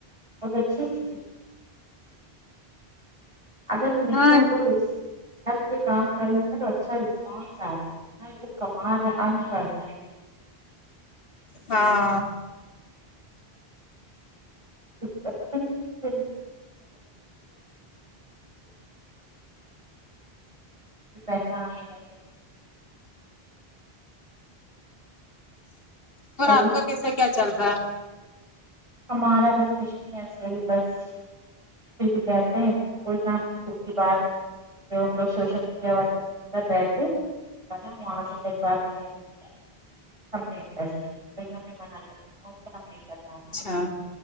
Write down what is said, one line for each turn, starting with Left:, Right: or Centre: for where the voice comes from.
Right: بہت اچھی اچھی <unintelligible>
Left: ہاں
Right: پہ کام کر رہے تو اچھا رسپانس آ رہا ہے ا وہ کما رہے ہیں ارن کر رہے ہیں
Left: ہاں
Right: پتا نہیں <inaudible> پھر پیسہ آنے لگے
Left: اور
Right: ہلو
Left: آپ کا کیسا کیا چل رہا ہے
Right: ہمارا بس کچھ نہیں ایسے ہی بس فری رہتے ہیں کوئی کام کی بات نہیں <inaudible> <inaudible> ہم نے ڈریس لئے ہم نے بنے لیکن ہم سیٹ نہیں کر پائے
Left: ہاں